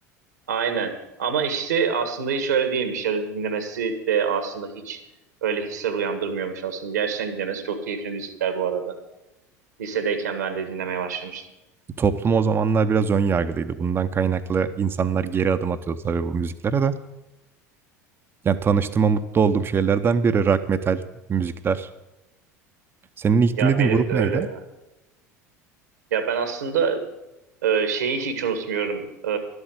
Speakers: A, on the right; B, on the right.
A: aynen. Ama işte aslında hiç öyle değilmiş ya da dinlemesi de aslında hiç öyle hisler uyandırmıyormuş aslında. Gerçekten dinlemesi çok keyifli müzikler bu arada. Lisedeyken ben de dinlemeye başlamıştım.
B: Toplum o zamanlar biraz ön yargılıydı. Bundan kaynaklı insanlar geri adım atıyordu tabii bu müziklere de. Yani tanıştığıma mutlu olduğum şeylerden biri rock metal müzikler. Senin ilk
A: Ya
B: dinlediğin
A: benim
B: grup
A: de
B: neydi?
A: öyle ya. Ya ben aslında e, şeyi hiç unutmuyorum. E,